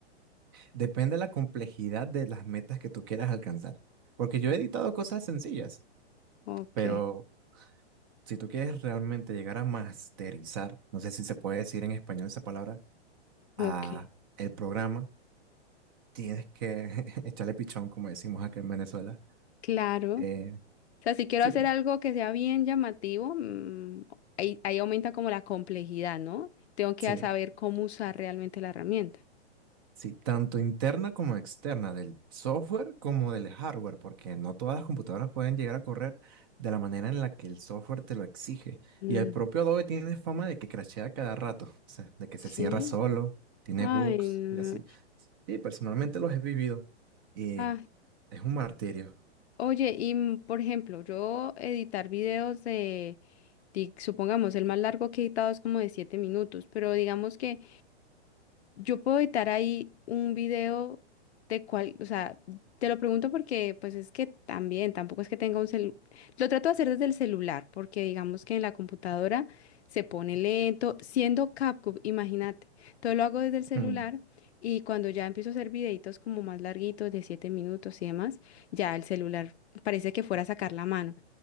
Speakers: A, on the right; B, on the left.
A: Depende de la complejidad de las metas que tú quieras alcanzar. Porque yo he editado cosas sencillas,
B: Ok,
A: pero si tú quieres realmente llegar a masterizar, no sé si se puede decir en español esa palabra,
B: ok,
A: a el programa, tienes que <laughs> echarle pichón, como decimos acá en Venezuela.
B: claro.
A: Eh,
B: O sea, si quiero
A: sí,
B: hacer
A: pu-
B: algo que sea bien llamativo, mm, ahí, ahí aumenta como la complejidad, ¿no? Tengo que
A: sí,
B: saber cómo usar realmente la herramienta.
A: Sí, tanto interna como externa, del software como del hardware, porque no todas las computadoras pueden llegar a correr de la manera en la que el software te lo exige.
B: Mm,
A: Y el propio Adobe tiene fama de que crashea cada rato, o sea, de que
B: sí.
A: se cierra solo, tiene
B: Ay,
A: bugs
B: no.
A: y así. Sí, personalmente los he vivido y
B: Ah,
A: es un martirio.
B: oye, y mm, por ejemplo, yo editar videos de, di- supongamos, el más largo que he editado es como de siete minutos, pero digamos que Yo puedo editar ahí un video de cual, o sea, te lo pregunto porque pues es que también, tampoco es que tenga un celular. Lo trato de hacer desde el celular porque digamos que en la computadora se pone lento, siendo CapCut, imagínate. Todo lo hago desde el celular
A: Hmm.
B: y cuando ya empiezo a hacer videitos como más larguitos, de 7 minutos y demás, ya el celular parece que fuera a sacar la mano.